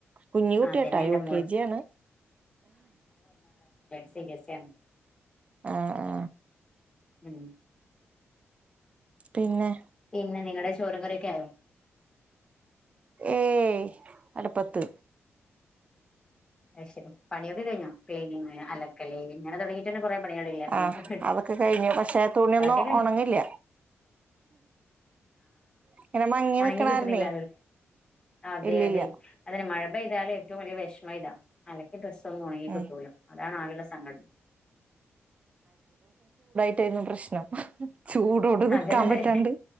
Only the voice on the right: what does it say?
കുഞ്ഞി കുട്ടിയാട്ടാ
യുകെജി
ആണ്
ആ ആ
പിന്നെ
ഏ അട്പ്പത്ത്
ആഹ് അതൊക്കെ കഴിഞ്ഞു പക്ഷെ തുണിയൊന്നും
ഉണങ്ങില്ല ഇങ്ങനെ മങ്ങി
നിക്കണാരണേ
ഇല്ലില്ല
ഉം
രുന്നു പ്രശ്നം ചൂടോട് നിക്കാൻ
പറ്റാണ്ട്